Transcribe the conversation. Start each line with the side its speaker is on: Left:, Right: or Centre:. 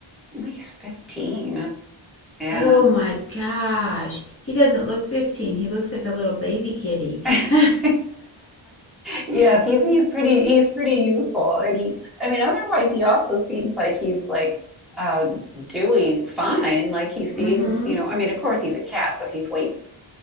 Centre: Like, He's 15. Yeah.
Left: Oh my gosh. He doesn't look 15. He looks like a little baby kitty.
Centre: <laughs>
Left: <laughs>
Centre: Yes, he's he's pretty he's pretty youthful and he I mean otherwise he also seems like he's like uh doing fine. Like he seems,
Left: Mm-hmm.
Centre: you know, I mean of course he's a cat so he sleeps